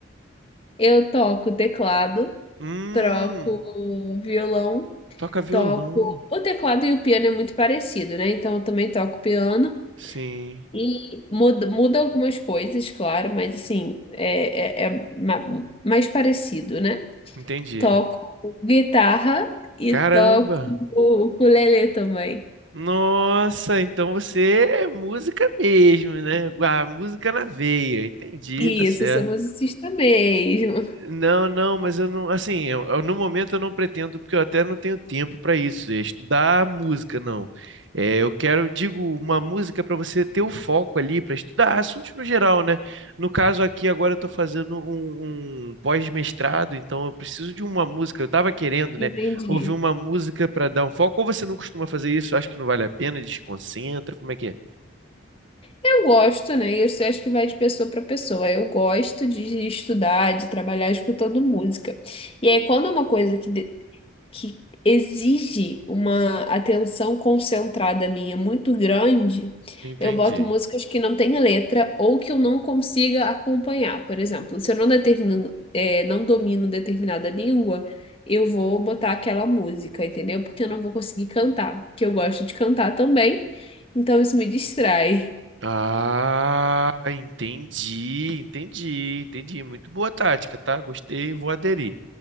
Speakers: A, on the left; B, on the right.
A: Eu toco teclado,
B: Hum,
A: troco violão,
B: toca violão.
A: toco. O teclado e o piano é muito parecido, né? Então eu também toco piano.
B: Sim,
A: E muda, muda algumas coisas, claro, mas assim, é, é, é ma- mais parecido, né?
B: entendi.
A: Toco guitarra e
B: Caramba!
A: toco ukulele também.
B: Nossa, então você é música mesmo, né? A música na veia. Entendi,
A: Isso,
B: tá certo.
A: eu sou musicista mesmo.
B: Não, não, mas eu não, assim, eu, eu- no momento eu não pretendo, porque eu até não tenho tempo para isso, é estudar música, não. É, eu quero, digo, uma música para você ter o foco ali para estudar assuntos no geral, né? No caso aqui, agora eu estou fazendo um, um pós-mestrado, então eu preciso de uma música. Eu estava querendo,
A: Entendi.
B: né, ouvir uma música para dar um foco, ou você não costuma fazer isso, acha que não vale a pena, desconcentra, como é que é?
A: Eu gosto, né? Isso eu acho que vai de pessoa para pessoa. Eu gosto de estudar, de trabalhar escutando música. E aí, quando é uma coisa que de- que exige uma atenção concentrada minha muito grande,
B: Entendi.
A: eu boto músicas que não têm letra ou que eu não consiga acompanhar. Por exemplo, se eu não determino, é, não domino determinada língua, eu vou botar aquela música, entendeu? Porque eu não vou conseguir cantar, que eu gosto de cantar também, então isso me distrai.
B: Ah, entendi, entendi, entendi. Muito boa tática, tá? Gostei, vou aderir.